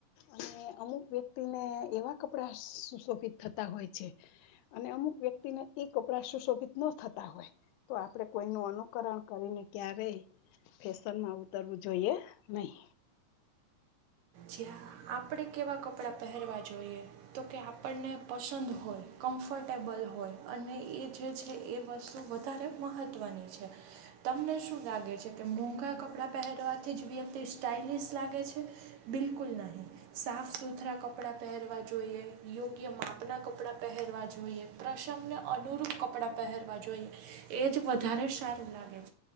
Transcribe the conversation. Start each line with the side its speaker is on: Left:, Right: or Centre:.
Left: અને અમુક વ્યક્તિને એવા કપડા ક સુશોભિત થતા હોય છે, અને અમુક વ્યક્તિને એ કપડા સુશોભિત ન થતા. હોય તો આપણે કોઈ ન અનુકરણ કરીને ક્યારે ફેશન માં ઉતરવું જોઈએ નહી.
Right: જ્યા આપણે કેવા કપડાં પહેરવા જોઈએ, તો કે આપણને પસંદ હોય. કમ્ફર્ટેબલ હોય અને એ જે છે એ વસ્તુ વધારે મહત્ત્વની છે. તમને શું લાગે છે કે મોંઘા કપડાં પહેરવાથી જ વ્યક્તિ સ્ટાઈલિશ લાગે છે? બિલકુલ નહીં, સાફ સુથરા કપડાં પહેરવા જોઈએ યોગ્ય માપના કપડાં પહેર પર જોઈએ પ્રસંગને અનુરૂપ કપડાં પહેરવા જોઈએ, એ જ વધારે સારું લાગે.